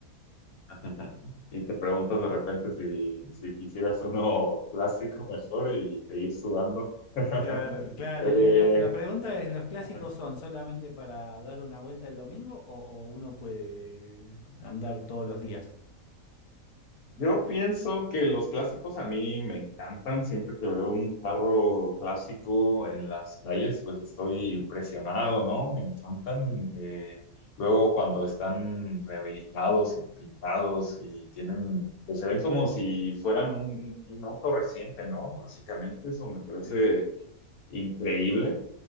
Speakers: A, on the left; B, on the left.
A: <laughs> Ajá. Y te preguntas de repente si, si quisieras uno <laughs> plástico mejor y e ir sudando. <laughs>
B: Claro, claro.
A: Eh,
B: Eh, La, la pregunta es, ¿los clásicos
A: ay,
B: son solamente para dar una vuelta el domingo o, o uno puede andar todos los días?
A: yo pienso que los clásicos a mí me encantan. Siempre que veo un carro clásico en las calles, pues estoy impresionado, ¿no? Me encantan. Eh, luego cuando están rehabilitados y pintados y tienen, pues se ven como si fueran un, un auto reciente, ¿no? Básicamente eso me parece
B: Sí.
A: increíble.